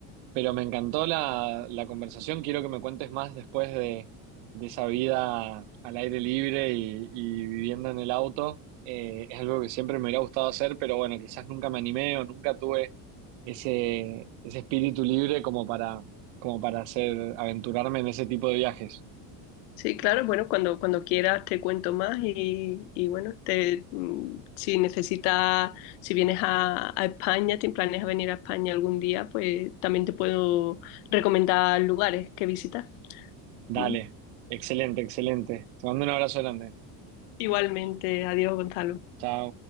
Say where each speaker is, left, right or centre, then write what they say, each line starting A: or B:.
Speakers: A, on the right (about 65°); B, on the left (about 75°).
A: pero me encantó la, la conversación. Quiero que me cuentes más después de, de esa vida al aire libre y, y viviendo en el auto. Eh, es algo que siempre me hubiera gustado hacer, pero bueno, quizás nunca me animé o nunca tuve ese, ese espíritu libre como para, como para hacer, aventurarme en ese tipo de viajes.
B: Sí, claro, bueno, cuando, cuando quieras te cuento más y, y bueno, te, mm, si necesitas, si vienes a, a España, te planeas venir a España algún día, pues también te puedo recomendar lugares que visitar.
A: Dale,
B: Mm.
A: excelente, excelente. Te mando un abrazo grande.
B: Igualmente, adiós, Gonzalo.
A: Chao.